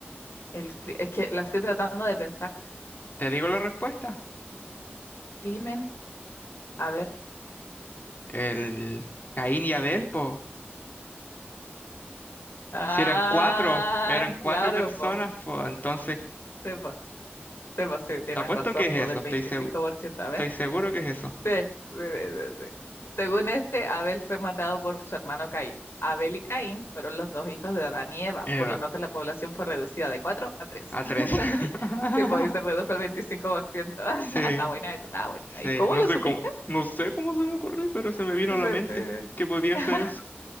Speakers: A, on the left; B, on the left.
A: El, cri- es que la estoy tratando de pensar.
B: Te digo la respuesta.
A: Crimen, a ver.
B: El Caín y Abel, po.
A: Ah,
B: Si eran cuatro, eran
A: <laughs>
B: cuatro
A: claro,
B: personas,
A: po.
B: po. Entonces,
A: Sí, po. Sí, po, sí, tienes
B: te apuesto
A: razón,
B: que es
A: po, del
B: eso. Estoy
A: veinticinco
B: segu-
A: por ciento A ver.
B: estoy seguro que es eso.
A: Sí, sí, sí, sí. sí. Según este, Abel fue matado por su hermano Caín. Abel y Caín fueron los dos hijos de Adán y Eva,
B: Eva.
A: por lo tanto la población fue reducida de 4 a tres
B: A
A: <laughs>
B: tres. <laughs>
A: Sí, po, y se redujo al veinticinco por ciento <laughs>
B: Sí,
A: Está buena esa, está buena.
B: sí,
A: ¿Y cómo
B: no
A: lo
B: sé
A: supiste?
B: cómo, no sé cómo se me ocurrió, pero se me
A: <laughs>
B: vino a la
A: Se
B: mente
A: te-
B: que podía
A: <laughs>
B: hacer eso.